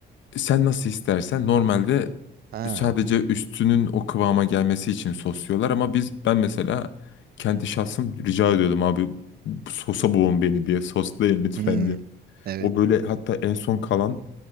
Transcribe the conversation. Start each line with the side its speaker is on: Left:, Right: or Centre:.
Left: sen nasıl istersen normalde
Right: Ha.
Left: sadece üstünün o kıvama gelmesi için sosluyorlar ama biz ben mesela kendi şahsım rica ediyordum abi sosa boğun beni diye soslayın lütfen
Right: Hmm.
Left: diye.
Right: Evet.
Left: O böyle hatta en son kalan